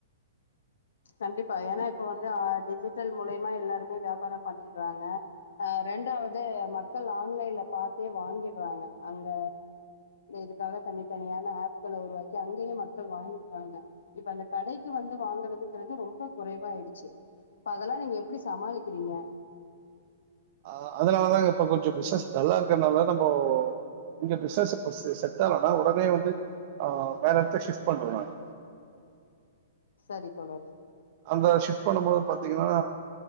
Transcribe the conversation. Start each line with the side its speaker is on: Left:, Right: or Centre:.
Left: கண்டிப்பா ஏன்னா இப்ப வந்து டிஜிட்டல் மூலியமா எல்லாருமே வியாபாரம் பண்ணிறாங்க ஆஹ் ரெண்டாவது மக்கள் ஆன்லைன்ல பாத்தே வாங்கிர்றாங்க அங்க இதுக்காக தனித்தனியான ஆப்களை உருவாக்கி அங்கயே மக்கள் வாங்கிர்றாங்க இப்ப அந்த கடைக்கு வந்து வாங்குறதுங்கற ரொம்ப குறைவாயிடுச்சு இப்ப அதெல்லாம் நீங்க எப்டி சமாளிக்கிறீங்க
Right: அஹ் அதனாலதாங்க இப்ப கொஞ்சம் பிசினஸ் நல்லா இருக்கிறதுனால நம்ம இங்க பிசினஸ் இப்ப செட் ஆனும்னா உடனே வந்து ஆஹ் வேற இடத்த ஷிஃப்ட் பண்றோம் நாங்க
Left: சரி தோழரே
Right: அந்த ஷிப்ட் பண்ணும் போது பாத்தீங்கன்னா